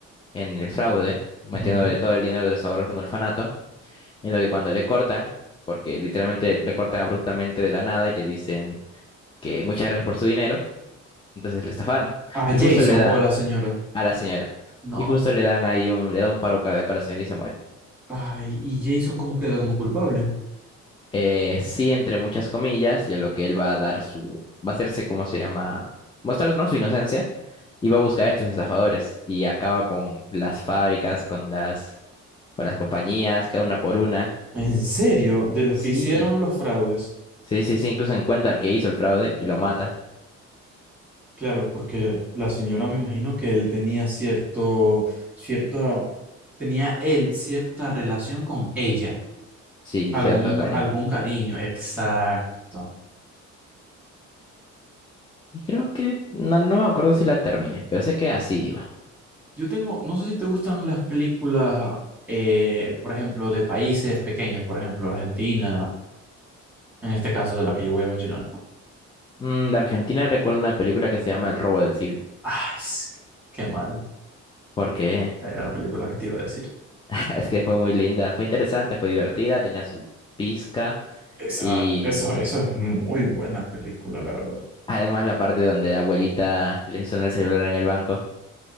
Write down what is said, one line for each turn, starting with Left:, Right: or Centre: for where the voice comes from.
Left: en el fraude, metiéndole
Centre: Ujú.
Left: todo el dinero de los ahorros de un orfanato. en lo que cuando le cortan, porque literalmente le cortan abruptamente de la nada y le dicen que muchas gracias por su dinero, entonces le estafaron.
Centre: A
Left: Y justo
Centre: Jason
Left: le da
Centre: o la señora.
Left: a la señora.
Centre: No.
Left: Y justo le dan ahí un, le da un paro cardíaco a la señora y se muere.
Centre: Ay, ¿y Jason cómo queda como culpable?
Left: Eh, sí, entre muchas comillas, y a lo que él va a dar su, va a hacerse, ¿cómo se llama? Mostrar, ¿no? Su inocencia. Y va a buscar a estos estafadores. Y acaba con las fábricas, con las, con las compañías, cada una por una.
Centre: ¿En serio? De los
Left: Sí,
Centre: que hicieron los fraudes.
Left: sí, sí, sí, incluso encuentra al que hizo el fraude y lo mata.
Centre: Claro, porque la señora me imagino que él tenía cierto, cierto, tenía él cierta relación con ella,
Left: Sí,
Centre: algún,
Left: cierto cariño.
Centre: algún cariño, exacto.
Left: Y creo que no, no me acuerdo si la terminé, pero sé que así iba.
Centre: Yo tengo, no sé si te gustan las películas, eh, por ejemplo, de países pequeños, por ejemplo, Argentina, en este caso de la que yo voy a mencionar.
Left: Mm, de Argentina recuerdo una película que se llama El robo del siglo,
Centre: Ay, es que- qué mal,
Left: porque
Centre: era la película que te iba a decir.
Left: <laughs> es que fue muy linda, fue interesante, fue divertida, tenía su pizca
Centre: Esa,
Left: y
Centre: eso, eso es muy buena película, la verdad.
Left: además la parte donde la abuelita le suena el celular en el banco.